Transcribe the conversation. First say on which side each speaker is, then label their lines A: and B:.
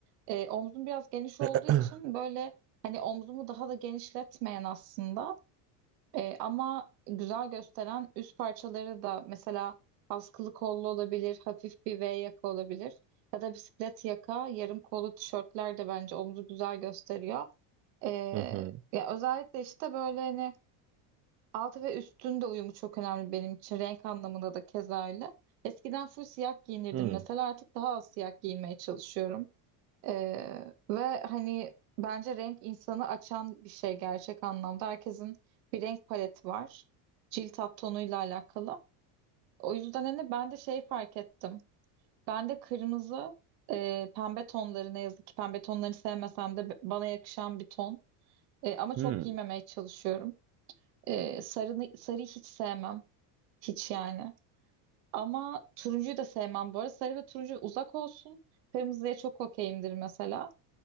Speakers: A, on the right (about 85°); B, on the right (about 30°).
A: e, omzum biraz geniş olduğu
B: <clears throat>
A: için böyle hani omzumu daha da genişletmeyen aslında e, ama güzel gösteren üst parçaları da mesela askılı kollu olabilir, hafif bir V yaka olabilir ya da bisiklet yaka, yarım kollu tişörtler de bence omuzu güzel gösteriyor. E,
B: Hı hı.
A: ya özellikle işte böyle hani altı ve üstün de uyumu çok önemli benim için renk anlamında da keza öyle. Eskiden full siyah giyinirdim
B: Hı.
A: mesela artık daha az siyah giyinmeye çalışıyorum. Ee, ve hani bence renk insanı açan bir şey gerçek anlamda. Herkesin bir renk paleti var. Cilt alt tonuyla alakalı. O yüzden hani ben de şey fark ettim. Ben de kırmızı, e, pembe tonları ne yazık ki pembe tonlarını sevmesem de b- bana yakışan bir ton. E, ama
B: Hmm,
A: çok giymemeye çalışıyorum. E, sarını, sarıyı hiç sevmem. Hiç yani. Ama turuncuyu da sevmem bu arada. Sarı ve turuncu uzak olsun. Kırmızıya çok okeyimdir mesela.